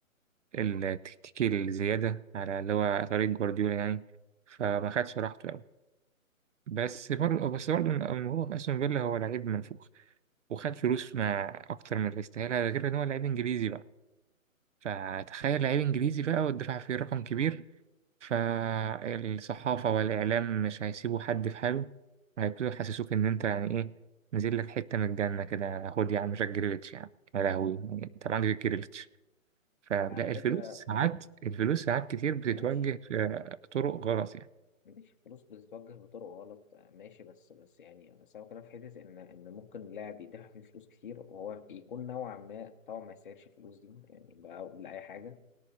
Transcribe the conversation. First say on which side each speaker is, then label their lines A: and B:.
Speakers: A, on the right; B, on the left.
A: التكتيكي الزيادة على اللي هو طريق جوارديولا يعني فما خدش راحته أوي بس برضه بس برضه من من هو في أستون فيلا هو لعيب منفوخ وخد فلوس مع أكتر من اللي يستاهلها ده غير إن هو لعيب إنجليزي بقى فتخيل لعيب انجليزي بقى والدفاع فيه رقم كبير فالصحافة والإعلام مش هيسيبوا حد في حاله هيبتدوا يحسسوك إن أنت يعني إيه نزل لك حتة من الجنة كده خد يا عم جاك جريليتش يا عم يا لهوي يعني أنت معاك جاك جريليتش فلا
B: على فكره
A: الفلوس ساعات الفلوس ساعات كتير بتتوجه
B: ماشي
A: في طرق غلط يعني
B: ماشي الفلوس بتتوجه بطرق غلط آه، ماشي بس بس يعني بس هو كلام في حتة إن إن ممكن لاعب يدفع فيه فلوس كتير وهو يكون نوعا ما طبعا ما يستاهلش الفلوس دي يعني بقى لأي حاجة